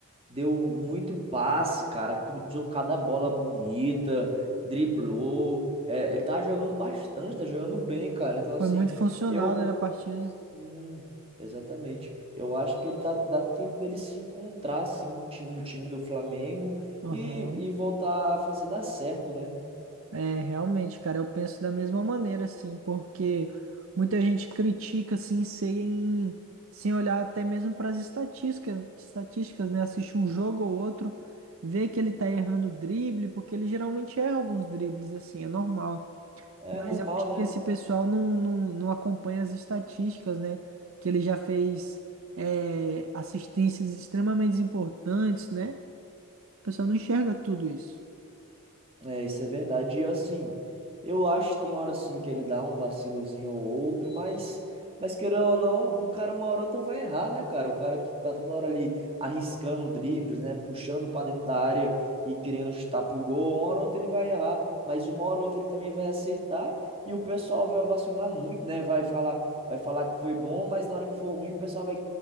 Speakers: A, on the right; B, on the right.
A: Deu muito passe, cara. Cruzou cada bola bonita, driblou. É, ele tá jogando bastante, tá jogando bem, cara. Então, assim,
B: Foi muito funcional,
A: eu.
B: né, na partida.
A: Sim, exatamente. Eu acho que ele dá, dá tempo dele se encontrar, assim, no ti- no time do Flamengo
B: Aham.
A: e, e voltar a fazer dar certo, né?
B: É, realmente, cara, eu penso da mesma maneira, assim, porque muita gente critica, assim, sem, sem olhar até mesmo para as estatísticas, estatísticas, né? Assiste um jogo ou outro, vê que ele tá errando o drible, porque ele geralmente erra alguns dribles, assim, é normal.
A: É
B: Mas
A: normal,
B: eu acho
A: né?
B: que esse pessoal não, não, não acompanha as estatísticas, né? Que ele já fez é, assistências extremamente importantes, né? O pessoal não enxerga tudo isso.
A: É, isso é verdade. E assim, eu acho que tem hora assim que ele dá um vacilozinho ou outro, mas, mas querendo ou não, o cara uma hora ou outra vai errar, né, cara? O cara que tá toda hora ali arriscando dribles, né, puxando pra dentro da área e querendo chutar pro gol, uma hora ou outra ele vai errar, mas uma hora ou outra ele também vai acertar e o pessoal vai ovacionar muito, né? Vai falar, vai falar que foi bom, mas na hora que for ruim o pessoal vai